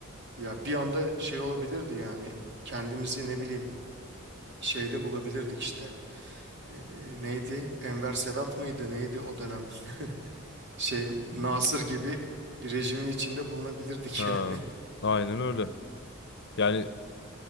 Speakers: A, on the right; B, on the left.
A: ya bir anda şey olabilirdi yani kendimizi ne bileyim şeyde bulabilirdik işte. Ee, neydi? Enver Sedat mıydı? Neydi o dönem? Şey Nasır gibi bir rejimin içinde bulunabilirdik
B: Ha,
A: yani.
B: aynen öyle. Yani
A: <laughs>